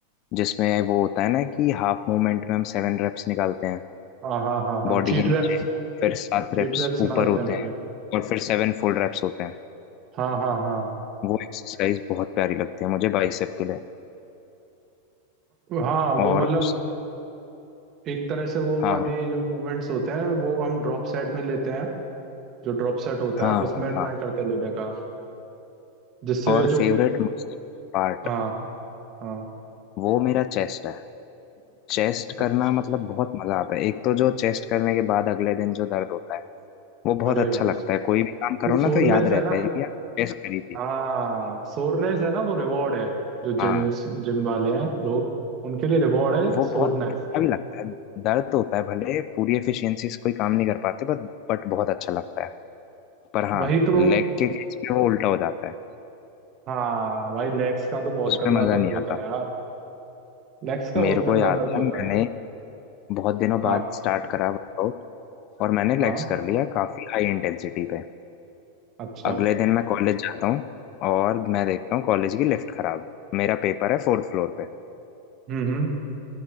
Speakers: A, on the left; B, on the right.
A: जिसमें वो होता है ना कि हाफ मूवमेंट में हम सेवन रेप्स निकालते हैं
B: हाँ हाँ हाँ हाँ
A: बॉडी
B: चीट
A: के नीचे
B: रैप्स
A: फिर सात
B: चीट
A: रेप्स
B: रैप्स
A: ऊपर
B: मारते
A: होते
B: हैं थोड़े
A: हैं और फिर सेवन फुल रेप्स होते हैं
B: हाँ हाँ हाँ
A: वो एक्सरसाइज बहुत प्यारी लगती है मुझे बाइसेप के लिए
B: हाँ
A: और
B: वो मतलब
A: उस
B: एक तरह से वो
A: हाँ
B: वाले जो मूवमेंट्स होते हैं वो हम ड्रॉप सेट में लेते हैं जो ड्रॉप सेट होता
A: हाँ
B: है
A: हाँ
B: उसमें
A: हाँ
B: ट्राई
A: हाँ।
B: करते हैं लेने का जिससे
A: और फेवरेट
B: जो
A: मसल पार्ट
B: हाँ हाँ
A: वो मेरा चेस्ट है चेस्ट करना
B: अच्छा
A: मतलब बहुत मजा आता है एक तो जो चेस्ट करने के बाद अगले दिन जो दर्द होता है वो बहुत
B: अरे
A: अच्छा
B: भाई
A: लगता
B: जो
A: है कोई भी काम करो
B: सोरनेस
A: ना तो याद
B: है
A: रहता
B: ना
A: है कि यार चेस्ट करी थी
B: हाँ सोरनेस है ना वो रिवॉर्ड है जो
A: हाँ
B: जिम जिम वाले हैं लोग उनके लिए रिवॉर्ड है
A: वो
B: सोरनेस
A: बहुत अच्छा भी लगता है दर्द होता है भले पूरी एफिशिएंसी से कोई काम नहीं कर पाते बट बट बहुत अच्छा लगता है पर हाँ
B: वही तो
A: लेग के केस में वो उल्टा हो जाता है
B: हाँ भाई लेग्स का तो बहुत
A: उसमें
B: गंदा
A: मजा
B: दर्द
A: नहीं
B: होता
A: आता
B: है यार लेग्स का
A: मेरे
B: बहुत
A: को
B: गंदा
A: याद
B: दर्द होता
A: है मैंने
B: है
A: बहुत दिनों बाद
B: हाँ
A: स्टार्ट करा वर्कआउट और मैंने लेग्स
B: हाँ
A: कर लिया काफी हाई इंटेंसिटी पे
B: अच्छा
A: अगले दिन मैं कॉलेज जाता हूँ और मैं देखता हूँ कॉलेज की लिफ्ट खराब मेरा पेपर है फोर्थ फ्लोर पे
B: हम्म हम्म